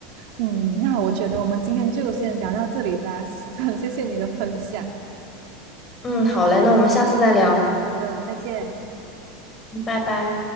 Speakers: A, on the right (about 55°); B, on the left (about 20°).
A: 嗯，那我觉得我们今天就先聊到这里吧，<laughs> 很谢谢你的分享。
B: 嗯，好嘞，那我们下次再聊，
A: 好的，再见。
B: 嗯拜拜。